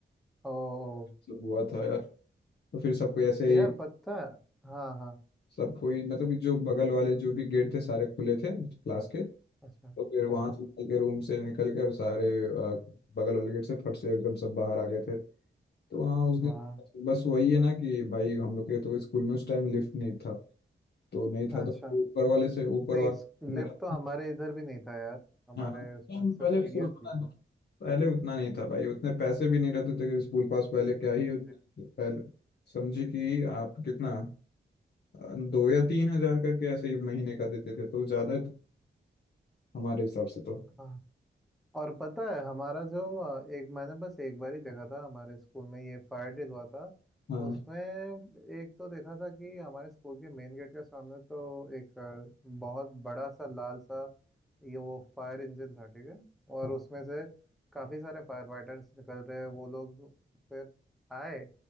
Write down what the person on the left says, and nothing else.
सब हुआ था यार तो फिर सबको ऐसे
ही
सब कोई मतलब कि जो बगल वाले जो भी गेट थे सारे खुले थे क्लास के तो
फिर वहां
से निकल के रूम से निकल के और सारे अ, बगल वाले गेट से फट से एकदम सब बाहर आ गए थे तो हाँ उस दिन
बस वही है ना कि भाई हम लोग के तो स्कूल में उस टाइम लिफ्ट नहीं था तो नहीं
था तो ऊपर वाले से ऊपर
वाला मेरा
हाँ
हम
पहले
उससे उतना
पहले उतना नहीं था भाई उतने पैसे भी नहीं रहते थे कि स्कूल पास पहले क्या ही
उत- पहले समझे कि आप कितना अ, दो या तीन हजार करके ऐसे ही महीने का देते थे तो ज्यादा
हमारे हिसाब से तो
हाँ
हाँ